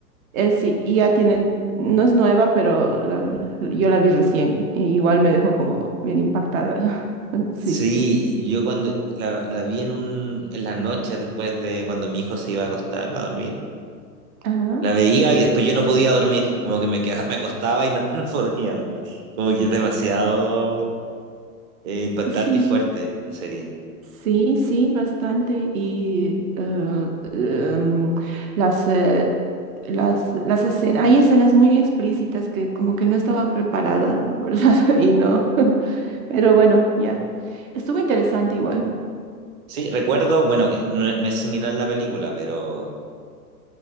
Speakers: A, on the right; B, on the right.
A: Eh, sí, y ya tiene, no es nueva, pero la yo la vi recién. y igual me dejó como bien impactada. <laughs> Sí.
B: Sí, yo cuando la, la vi en un, en las noches después de cuando mi hijo se iba a acostar a dormir,
A: Ajá.
B: la veía y después yo no podía dormir, como que me quedaba, me acostaba y no, <laughs> no podía dormir, como que es demasiado eh, impactante
A: Sí.
B: y fuerte la serie.
A: Sí, sí, bastante. Y eh, em, las, eh, las, las escenas, hay escenas muy explícitas que como que no estaba preparada, la verdad, <laughs> y no. <laughs> Pero bueno, ya. Estuvo interesante igual.
B: Sí, recuerdo, bueno, que no, no es similar a la película, pero